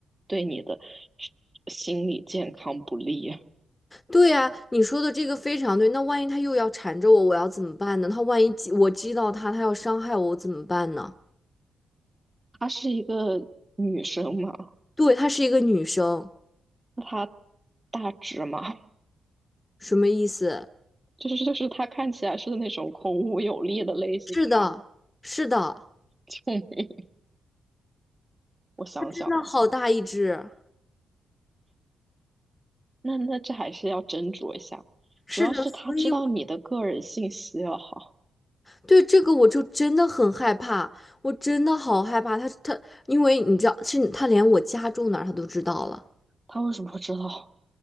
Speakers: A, on the right; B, on the left.
A: 对你的心理健康不利。
B: 对呀，你说的这个非常对。那万一他又要缠着我，我要怎么办呢？他万一激我激到他，他要伤害我，我怎么办呢？
A: 她是一个女生嘛，
B: 对，她是一个女生。
A: 她大只嘛，
B: 什么意思？
A: 就是就是她看起来是那种孔武有力的类型嘛。
B: 是的，是的，
A: <laughs> 嗯我想想啊，
B: 它真的好大一只。
A: 那那这还是要斟酌一下，
B: 是的，
A: 主要是她知道你的个人信息了哈，
B: 所以我对这个我就真的很害怕，我真的好害怕。它它，因为你知道，是它连我家住哪儿它都知道了。
A: 她为什么会知道？